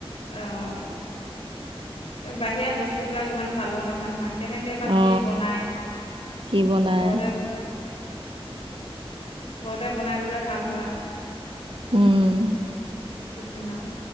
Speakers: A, on the left; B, on the right.
A: অ এই বাহিৰা বস্তুবিলাক ইমান ভালো নহয় নহয়। কেনেকে বা
B: অ
A: কি বনায়
B: কি বনাই
A: সৰুতে ঘৰতে বনাই দিলে ভাল হয় আও।
B: উম
A: টিফিনৰ